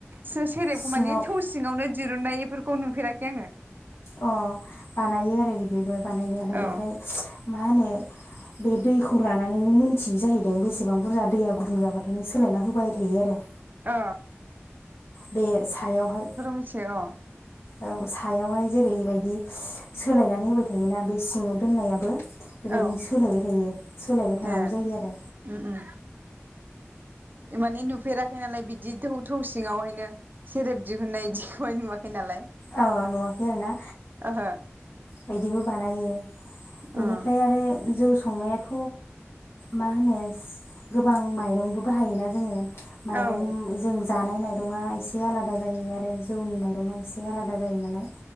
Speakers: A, on the right; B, on the left.
A: से सेरेबखौ
B: सिङाव
A: माने थौ सिङावनो दिरुननायफोर खौ नुफेराखै आङो।
B: अ बानायो आरो बिदिबो बानायनायालाय
A: औ
B: ओमफ्राय मा होनो बे दैखौ लानानैनो मोन्थिययो जाहैदों बेसेबां बुरजा दैया गुदुं जाबाथायनो सोलायना होबाय थायो आरो।
A: अ।
B: बे सायावहाय
A: मिथियो
B: औ सायावहाय जेरैबायदि सोलायनानै होबाय थायोना बे सिङाव दोननायाबो बेबायदिनो
A: अ औ
B: सोलायबाय थायो। सोलायबाय थानांगौ
A: ए
B: जायो आरो
A: ओम ओम माने नुफेराखै नालाय बिदि थौ सिङावहायनो सेरेब दिहुननाय बिदिखौहाय नुवाखै नालाय
B: अ नुवखै आरोना?
A: ओहो
B: बिदिबो बानायो
A: औ
B: बेनिफ्राय आरो जौ संनायाथ' मा होनो गोबां माइरंबो बाहायोना जोङो माइरं
A: औ
B: जों जानाय माइरङा एसे आलादा जायो आरो जौनि माइरङा एसे आलादा जायो नालाय